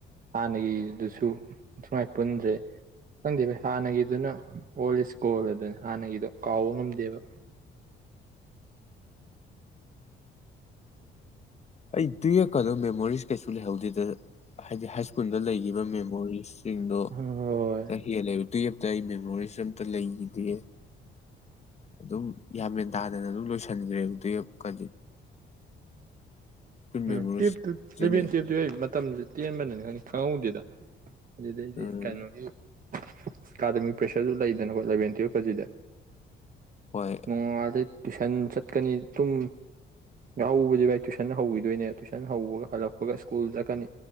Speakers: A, on the right (about 45°); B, on the left (about 35°).
A: ꯍꯥꯟꯅꯒꯤꯗꯨꯁꯨ ꯁꯨꯃꯥꯏ ꯄꯨꯟꯗ꯭ꯔꯦ ꯈꯪꯗꯦꯕꯩ ꯍꯥꯟꯅꯒꯤꯗꯨꯅ ꯑꯣꯜ ꯏꯁ ꯒꯣꯜ ꯑꯗꯨꯅ ꯍꯥꯟꯅꯒꯤꯗꯣ ꯀꯥꯎꯕ ꯉꯝꯗꯦꯕ
B: ꯑꯩ ꯇꯨꯌꯦꯞꯀꯗ ꯃꯦꯃꯣꯔꯤꯁ ꯀꯩꯁꯨ ꯂꯩꯍꯧꯗꯦꯗ ꯍꯥꯏꯗꯤ ꯍꯥꯏ ꯁ꯭ꯀꯨꯜꯗ ꯂꯩꯈꯤꯕ ꯃꯦꯃꯣꯔꯤꯁꯁꯤꯡꯗꯣ
A: ꯍꯣꯏ
B: ꯍꯦꯜꯂꯕ ꯇꯨꯌꯦꯞꯇ ꯑꯩ ꯃꯦꯃꯣꯔꯤꯁ ꯑꯝꯇ ꯂꯩꯈꯤꯗꯦ ꯑꯗꯨꯝ ꯌꯥꯝ ꯃꯦꯟ ꯇꯥꯗꯅ ꯑꯗꯨꯝ ꯂꯣꯏꯁꯤꯟꯈ꯭ꯔꯦꯕ ꯀ
A: ꯎꯝ
B: ꯃꯦꯃꯣꯔꯤꯁꯁꯤꯅꯤ
A: ꯇꯨꯌꯦꯞꯇꯨ ꯏꯂꯚꯦꯟ ꯇꯨꯌꯦꯞꯇꯨ ꯃꯇꯝꯁꯦ ꯇꯦꯟꯕꯅꯤꯅ ꯈꯥꯎꯗꯦꯗ ꯑꯗꯨꯗꯩꯗꯤ
B: ꯎꯝ
A: ꯀꯩꯅꯣꯒꯤ ꯑꯦꯀꯥꯗꯃꯤꯛ ꯄ꯭ꯔꯦꯁꯔꯁꯨ ꯂꯩꯗꯅꯀꯣ ꯏꯂꯚꯦꯟ ꯇꯨꯌꯦꯜ ꯐꯖꯤꯗꯦ
B: ꯍꯣꯏ
A: ꯃꯗ ꯇꯨꯁꯟ ꯆ ꯆꯠꯀꯅꯤ ꯇꯨꯝ ꯌꯥꯎꯎꯧꯕꯁꯦ ꯚꯥꯏ ꯇꯨꯏꯁꯟ ꯍꯧꯋꯤꯗ ꯑꯗꯨꯏꯅꯦ ꯇꯨꯏꯁꯟ ꯍꯧꯕꯒ ꯍꯜꯂꯛꯄꯒ ꯁ꯭ꯀꯨꯜ ꯆꯠꯀꯅꯤ